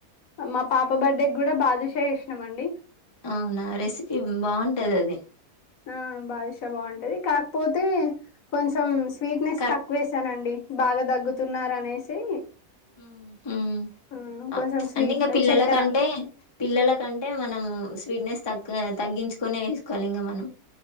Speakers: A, on the left; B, on the left.
A: మా పాప బర్త్డే కూడా బాదుష చేసినం అండి
B: అవునా రెసిపీ బాగుంటది అది
A: ఆ బాదుష బాగుంటది కాకపోతే కొంచెం స్వీట్నెస్
B: కట్
A: తక్కువ వేేశానండి బాగా దగ్గుతున్నారు అనేసి
B: ఊ హూ
A: మ్మ్
B: ఆ
A: కొంచెం స్వీట్
B: అంటే ఇంకా పిల్లలకంటే
A: చక్కెర
B: పిల్లలకంటే మనము స్వీట్నెస్ తగ్గ తగ్గించుకొనే వేసుకోవాలి ఇంక మనం